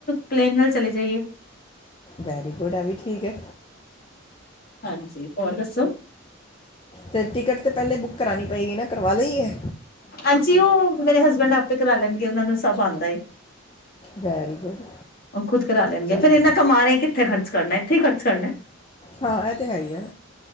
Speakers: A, on the left; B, on the left.
A: ਪਲੇਨ ਵੱਲ ਚਲੇ ਜਾਈਏ।
B: ਵੈਰੀ ਗੁਡ ਆ ਵੀ ਠੀਕ ਹੈ,
A: ਹਾਂਜੀ ਹੋਰ ਦੱਸੋ
B: ਤੇ ਟਿਕਟ ਤੇ ਪਹਿਲੇ ਬੁੱਕ ਕਰਾਣੀ ਪਏਗੀ ਨਾ ਕਰਵਾ ਲਈ ਹੈ।
A: ਹਾਂਜੀ ਉਹ ਮੇਰੇ ਹਸਬੈਂਡ ਆਪੇ ਕਰਾ ਲੈਣਗੇ, ਉਹਨਾ ਨੂੰ ਸਭ ਆਂਦਾ।
B: ਵੈਰੀ ਗੁੱਡ
A: ਉਹ ਖੁਦ ਕਰਾ ਲੈਣਗੇ,
B: ਚਲੋ
A: ਫੇਰ ਇਨਾ ਕਮਾ ਰਹੇ ਕਿੱਥੇ ਖਰਚ ਕਰਨਾ ਇੱਥੇ ਹੀ ਖਰਚ ਕਰਨਾ
B: ਹਾਂ ਇਹ ਤੇ ਹੈ ਹੀ ਆ।